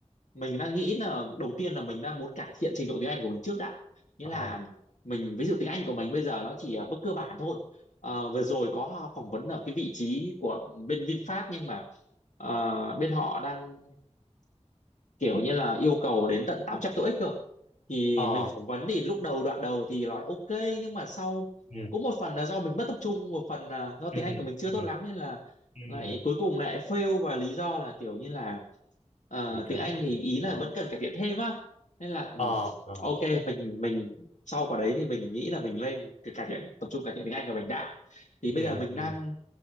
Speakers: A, on the left; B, on the left.
A: mình đang nghĩ là đầu tiên là mình đang muốn cải thiện trình độ tiếng Anh của mình trước đã nghĩa
B: ờ,
A: là mình ví dụ tiếng Anh của mình bây giờ nó chỉ ở mức cơ bản thôi Ờ, vừa rồi có phỏng vấn ở cái vị trí của bên VinFast nhưng mà ờ, bên họ đang kiểu như là yêu cầu đến tận 800 tuổi cơ thì
B: ờ,
A: mình phỏng vấn thì lúc đầu đoạn đầu thì nói ok nhưng mà sau
B: ừ,
A: cũng một phần là do mình mất tập trung một phần là do tiếng
B: ừ,
A: Anh của mình chưa
B: ừ,
A: tốt lắm nên là
B: ừ,
A: lại cuối cùng lại fail và lý do là kiểu như là ờ,
B: bị
A: tiếng
B: rớ.
A: Anh thì
B: bị-
A: ý là vẫn cần cải thiện thêm á nên là ừ,
B: Ờ, ờ,
A: ok mình mình sau quả đấy thì mình nghĩ là mình lên cái cải thiện tập trung cải thiện tiếng Anh của mình đã thì
B: ừ,
A: bây giờ mình đang
B: ừ,